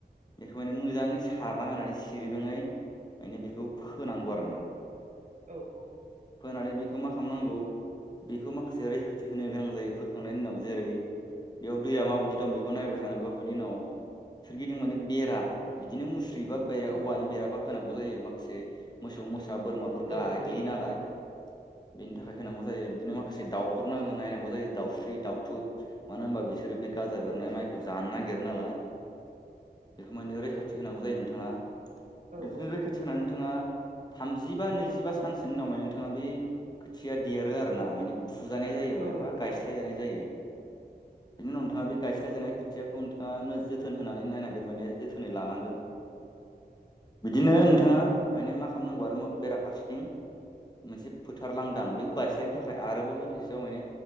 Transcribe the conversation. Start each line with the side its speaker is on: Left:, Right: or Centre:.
Left: बेखौ माने मोजाङै सारना होनानै सिरिबङै माने बेखौ फोनांगौ आरोना
Right: औ औ
Left: नानै बेखौ मा खालामनांगौ बेखौ माखासे रैखाथि होनो गोनां जायो फोखांनायनि उनाव जेरै बेयाव दैया माबायदि दं बेखौ नायबाय थानांगौ बेनि उनाव सोरगिदिं माने बेरा बिदिनो मुस्रि
Right: औ
Left: औवानि बेरामफो होनांगौ जायो मोसौ मोसाफोर
Right: औ
Left: गाय्लियो
Right: नंगौ नोंथां
Left: नालाय
Right: <inaudible>
Left: बेनि थाखाय होनांगौ जायो बिदिनो माखासे दाउफोर नांगौ नायनांगौ जायो दाउस्रि दाउथुब मानो होनबा बिसोरो बे गाजा बेरनाय माइखौ जानो नागिरो नालाय
Right: <inaudible>
Left: बेखौ माने रैखाथि होनांगौ जायो नोंथाङा
Right: औ
Left: बिदिनो
Right: औ
Left: रैखाथि होनानै नोंथाङा थामजि बा नैजिबा सानसोनि उनाव माने नोंथाङा बे खोथिया देरो आरो ना माने फुजानाय जायो
Right: औ
Left: माने
Right: नंगौ
Left: गायस्लाय जानाय जायो
Right: <inaudible>
Left: बिनि उनाव नोंथाङा बे गायस्लाय जानाय खोथियाखौ नोंथाङा जोथोन होनानै नायनांगोन माने जोथोनै लानांगोन।
Right: <inaudible>
Left: बिदिनो नोंथाङा माने मा खालामनांगौ आरो बेराफारसेथिं मोनसे फोथार लांदां बेखौ गायस्लायनो थाखाय आरोबाव फिसआव माने